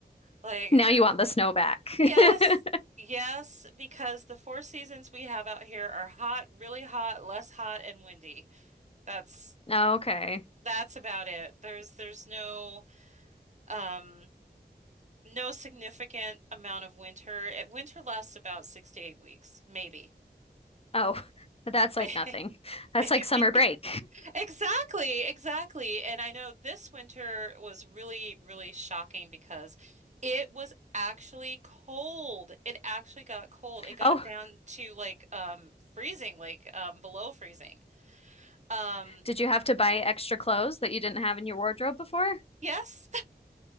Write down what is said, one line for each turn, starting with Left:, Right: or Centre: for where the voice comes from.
Right: Like
Left: Now
Right: uh,
Left: you want the snow back.
Right: yes.
Left: <laughs>
Right: Yes, because the four seasons we have out here are hot, really hot, less hot, and windy. That's
Left: Okay.
Right: that's about it. There's there's no um no significant amount of winter. It, winter lasts about six to eight weeks, maybe.
Left: Oh, that's
Right: <laughs>
Left: like
Right: May-
Left: nothing. That's
Right: Maybe.
Left: like summer
Right: <laughs>
Left: break.
Right: Exactly, exactly. And I know this winter was really, really shocking because it was actually cold. It actually got cold.
Left: <laughs>
Right: It got
Left: Oh,
Right: down to like um freezing, like um below freezing. Um
Left: Did you have to buy extra clothes that you didn't have in your wardrobe before?
Right: yes,